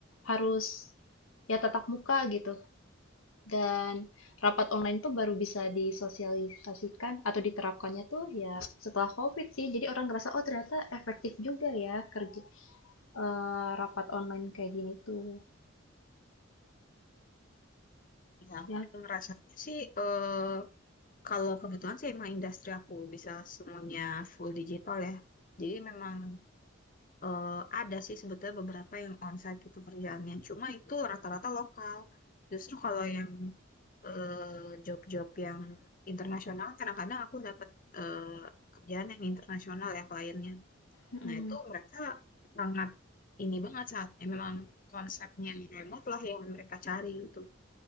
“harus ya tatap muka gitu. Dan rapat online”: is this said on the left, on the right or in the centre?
Left